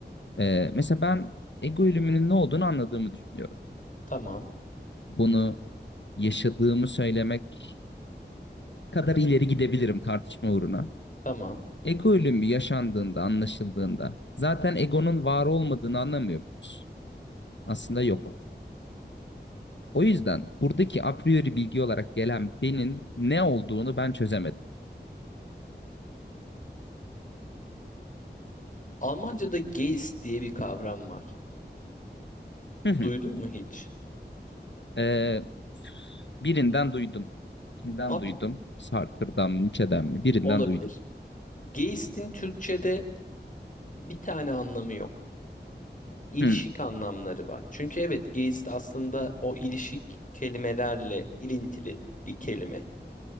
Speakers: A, on the left (about 85°); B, on the left (about 45°).
A: e, mesela ben ego ölümünün ne olduğunu anladığımı düşünüyorum.
B: Tamam.
A: Bunu yaşadığımı söylemek kadar ileri gidebilirim tartışma uğruna.
B: Tamam.
A: Ego ölümü yaşandığında, anlaşıldığında zaten egonun var olmadığını anlamıyor muyuz? Aslında yok. O yüzden buradaki a priori bilgi olarak gelen benim ne olduğunu ben çözemedim.
B: Almanca'da Geist diye bir kavram var.
A: Hı hı.
B: Duydun mu hiç?
A: Ee, birinden duydum. Kimden
B: Abi
A: duydum? Sartre'dan mı, Nietzsche'den mi? Birinden
B: olabilir.
A: duydum.
B: Geist'in Türkçe'de bir tane anlamı yok. İlişik
A: Hmm.
B: anlamları var. Çünkü evet Geist aslında o ilişik kelimelerle ilintili bir kelime.